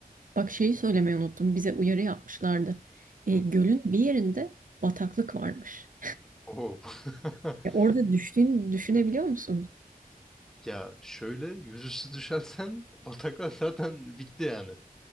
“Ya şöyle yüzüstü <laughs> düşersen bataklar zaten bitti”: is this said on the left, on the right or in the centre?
Centre